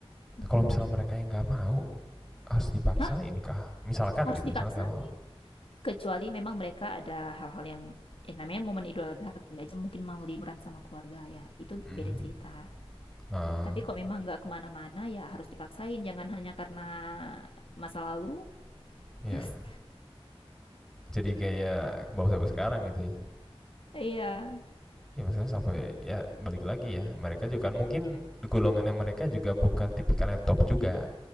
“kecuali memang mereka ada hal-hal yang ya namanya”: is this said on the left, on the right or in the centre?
Left